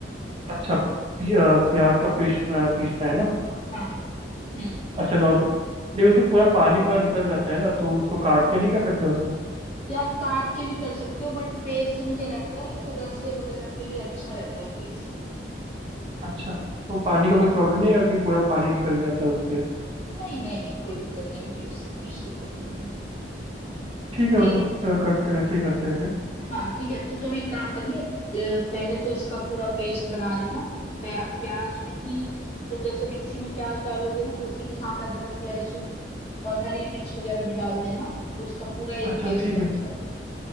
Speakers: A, on the right; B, on the left.
A: अच्छा पि- अ, प्याज का पेस्ट बनाना पीसना है ना
B: हाँ हम्म
A: अच्छा नॉर्मल नहीं उसमें पूरा पानी पूरा निकल जाता है ना तो उसको काट के नहीं कर सकते उसको
B: यार काट के भी कर सकते हो बट पेस्ट में क्या रहता है रसे वगैरह के लिए अच्छा रहता है पेस्ट
A: अच्छा तो पानी का कुछ प्रॉब्लम नहीं है कि पूरा पानी निकल जाता है उससे
B: नहीं नहीं नहीं कोई दिक्कत नहीं होगी उससे कुछ दिक्कत नहीं होगी
A: ठीक है
B: ठीक
A: मतलब
B: है
A: अ, करते हैं वैसे ही करते हैं
B: हाँ ठीक है तो तुम एक काम करना एक, अ, पहले तो इसका पूरा पेस्ट बना लेना प्या, प्याज में ही तुम जैसे मिक्सी में प्याज डालोगे ना तो उसी के साथ अदरक लहसुन और हरी मिर्च वगैरह भी डाल देना तो उसका पूरा एक
A: अच्छा
B: पेस्ट
A: ठीक
B: बन
A: है
B: जाएगा